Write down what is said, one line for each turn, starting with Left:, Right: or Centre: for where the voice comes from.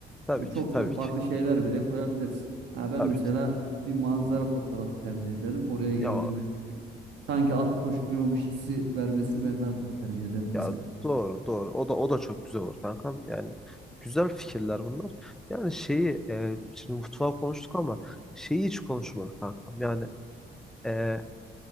Centre: Tabii
Right: Ya çok
Centre: ki tabii
Right: çok farklı
Centre: ki
Right: şeyler bile koyabilirsin. Ha ben
Centre: tabii
Right: mesela
Centre: ki.
Right: bir manzara fotoğrafı tercih ederim. Oraya
Centre: Ya
Right: girdiğimde çünkü sanki at koşturuyormuş hissi vermesini ben daha çok tercih ederim
Centre: Ya
Right: mesela.
Centre: doğru doğru. O da o da çok güzel olur kankam. Yani güzel fikirler bunlar. Yani şeyi e, şimdi mutfağı konuştuk ama şeyi hiç konuşmadık kankam. Yani e,